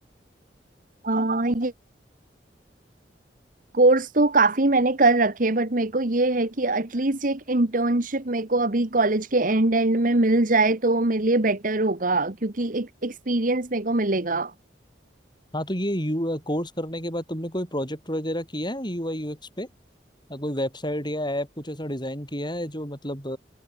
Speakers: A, on the right; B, on the left.
A: अ, ये कोर्स तो काफी मैंने कर रखे बट मेरे को ये है कि एटलीस्ट एक इंटर्नशिप मेरे को अभी कॉलेज के एंड एंड में मिल जाए तो मेरे लिए बेटर होगा क्योंकि एक एक्सपीरियंस मेरे को मिलेगा
B: हाँ तो ये यू कोर्स करने के बाद तुमने कोई प्रोजेक्ट वगैरह किया है यूआई यूएक्स पे? या कोई वेबसाइट या ऐप कुछ ऐसा डिजाइन किया है जो मतलब